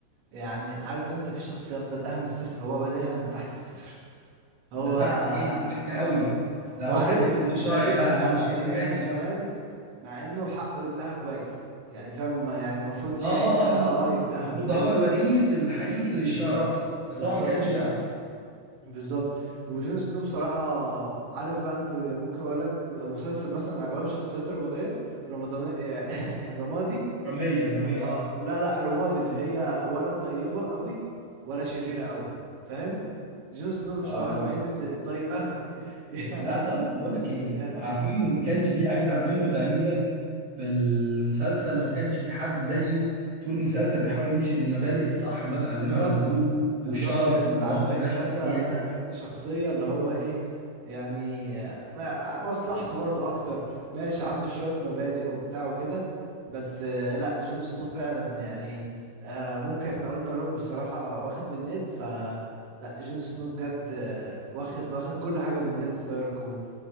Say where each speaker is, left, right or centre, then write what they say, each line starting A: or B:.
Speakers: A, on the right; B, on the right.
A: يعني عارف انت في شخصيات بدأها من الصفر هو بادئها من تحت الصفر
B: ده
A: هو
B: تحت ايه ده تحت قوي
A: اه
B: ده
A: وعارف
B: هو كان ابن غير شرعي
A: بادئها
B: بقى اللي هو مش
A: بادئها
B: ابن عادي
A: كمان مع انه حقه يبدأها كويس يعني فاهم يعني المفروض ليه
B: اه اه
A: عيلة
B: اه آه.
A: اه
B: آه.
A: يبدأها
B: المفروض
A: كويس
B: ده هو الوريث الحقيقي للشرع
A: بالظبط
B: بس
A: بالظبط
B: هو ما كانش يعرف
A: بالظبط وجون سنو بصراحة عارف بقى انت يعني ممكن اقول لك مسلسل مثلا اغلبه شخصيات رمادية رمضانية <laughs> رمادي
B: درامية درامية
A: اه
B: اه
A: لا لا رمادي اللي هي ولا طيبة قوي ولا شريرة قوي فاهم جون سنو بصراحة
B: اقول
A: الوحيد
B: لك
A: اللي طيب قوي <laughs> يعني
B: لا طيب بقول لك ايه
A: بجد
B: عارفين ما كانش في اجدع منه تقريبا في المسلسل وما كانش في حد زيه طول المسلسل بيحاول يمشي بالمبادئ الصح اللي هو اتعلمها
A: بالظبط
B: من ابوه
A: بالظبط
B: والشرف
A: يعني انت
B: وان
A: عندك
B: هو ما يبقاش
A: كذا
B: فيه خيانة
A: كذا شخصية اللي هو ايه يعني آه، ما- مصلحته برضو اكتر ماشي عنده شوية مبادئ وبتاع وكده بس آه، لا جون سنو فعلا يعني آه، ممكن احنا قلنا روب بصراحة واخد من نيد ف لا جون سنو بجد آه، واخد واخد كل حاجة من نيد ستارك و-